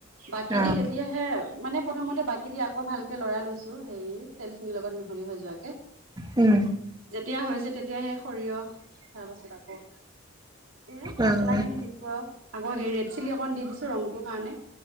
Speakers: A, on the right (about 80°); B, on the right (about 20°).
A: বাকী
B: অ',
A: দি তে তিয়াহে মানে, প্ৰথমতে বাকী দি আকৌ ভালকে লৰাই লৈছোঁ হেৰি তেলখিনিৰ লগত মিহলি হৈ যোৱাকে।
B: উম।
A: যেতিয়া হৈছে তেতিয়া সেই সৰিয়হ তাৰ পাছত আকৌ এ
B: অ',
A: মছলা খিনি দি দিছো। আকৌ সেই ৰেড চিলি অকণ দি দিছো ৰংটোৰ কাৰণে।